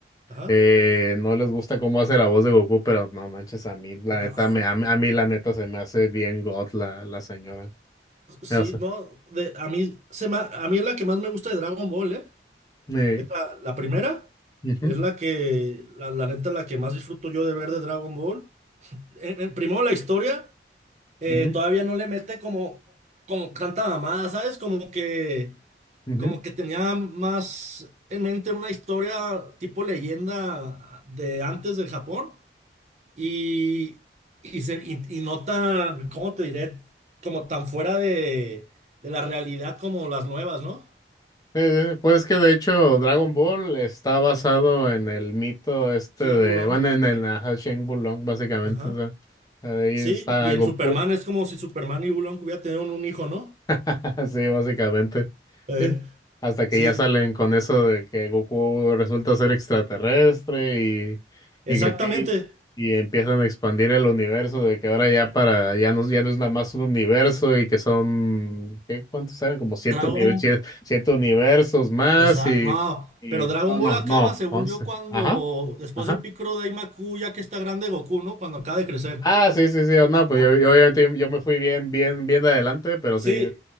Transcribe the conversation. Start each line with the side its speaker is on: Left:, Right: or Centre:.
Right: Ajá.
Left: Eh, no les gusta cómo hace la voz de Goku, pero no manches, a mí, la
Right: No.
Left: neta, me, a, mí, a mí, la neta, se me hace bien God la, la señora.
Right: Sí,
Left: O sea,
Right: no. De, a mí, se ma- a mí es la que más me gusta de Dragon Ball, ¿eh?
Left: eh,
Right: Es la, la primera.
Left: ujú,
Right: Es la que, la, la neta, la que más disfruto yo de ver de Dragon Ball. En, en- primero la historia, eh,
Left: ujú,
Right: todavía no le mete como, como tanta mamada, ¿sabes? Como que,
Left: ujú.
Right: como que tenía más en mente una historia tipo leyenda de antes del Japón. Y, y, se- y- y no tan, ¿cómo te diré? Como tan fuera de, de la realidad como las nuevas, ¿no?
Left: Eh, eh, pues que de hecho Dragon Ball está basado en el mito este
Right: Sí,
Left: de,
Right: en Wulong.
Left: bueno, en el ajá, Shen Wulong, básicamente,
Right: Ajá.
Left: o sea, ahí
Right: Sí,
Left: está
Right: y en
Left: Goku.
Right: Superman es como si Superman y Wulong hubieran tenido un, hijo, ¿no?
Left: <laughs> Sí, básicamente.
Right: Eh,
Left: Sí. Hasta que
Right: sí,
Left: ya salen con eso de que Goku resulta ser extraterrestre y,
Right: exactamente.
Left: y que empie- y empiezan a expandir el universo de que ahora ya para, ya no, ya no es nada más un universo y que son, ¿qué? ¿Cuántos eran? Como siete,
Right: Dragon.
Left: univer- sie- siete universos más
Right: esa-
Left: y,
Right: no,
Left: y
Right: pero Dragon
Left: no,
Right: Ball
Left: no,
Right: acaba,
Left: no,
Right: según
Left: once.
Right: yo, cuando.
Left: Ajá,
Right: Después
Left: ajá.
Right: de Piccolo Daimaku, ya que está grande Goku, ¿no? Cuando acaba de crecer.
Left: Ah, sí, sí, sí, oh, no, pues
Right: Ah,
Left: yo, yo obviamente yo, yo me fui bien, bien, bien de adelante, pero
Right: Sí,
Left: sí,